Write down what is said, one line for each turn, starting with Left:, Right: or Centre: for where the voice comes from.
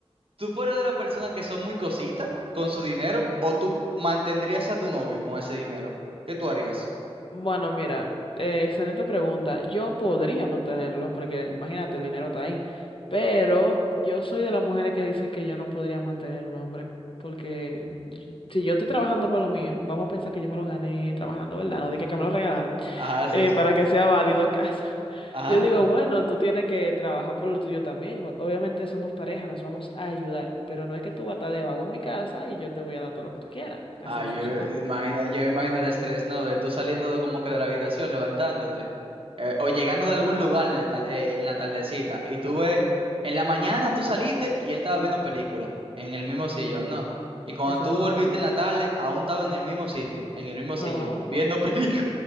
Right: ¿Tú fueras de las personas que son muy cositas con su dinero o tú mantendrías a tu novio con ese dinero? ¿Qué tú harías?
Left: Bueno, mira, eh, excelente pregunta. Yo podría mantenerlo, porque imagínate, el dinero está ahí. Pero yo soy de las mujeres que dicen que yo no podría mantener un hombre. Porque y- si yo estoy trabajando por lo mío, vamos a pensar que yo me lo gané trabajando, ¿verdad? No dije que me lo regalaron,
Right: Ajá,
Left: eh,
Right: sí, sí.
Left: para que sea válido el caso. <laughs>
Right: Ajá.
Left: Yo digo, bueno, tú tienes que trabajar por lo tuyo también. y mo- Obviamente somos pareja, nos vamos a ayudar. Pero no es que tú vas a estar de vago en mi casa y yo te voy a dar todo lo que tú quieras. Así
Right: Ah,
Left: no
Right: yo
Left: funciona.
Right: imagino, yo imagino el estrés, ¿no? De tú saliendo de- como que de la habitación, levantándote, eh, o llegando de algún lugar en la, tal- eh, en la tardecita, y tú ves, en la mañana tú saliste y él estaba viendo película, en el mismo sillón, ¿no? Y cuando
Left: Exacto.
Right: tú volviste en la tarde, aún estaba en el mismo sitio, en el mismo
Left: No.
Right: sillón, viendo película.